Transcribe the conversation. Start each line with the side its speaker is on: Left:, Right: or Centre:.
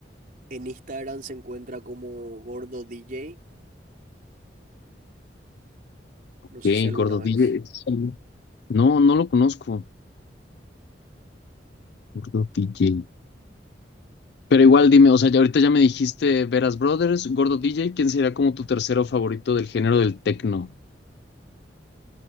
Right: en Instagram se encuentra como Gordo DJ,
Left: Ok,
Right: no sé si alguna
Left: Gordo
Right: vez.
Left: DJ. Sí. No, no lo conozco. Gordo DJ. Pero igual dime, o sea, ya ahorita ya me dijiste Veras Brothers, Gordo DJ, ¿quién sería como tu tercero favorito del género del tecno?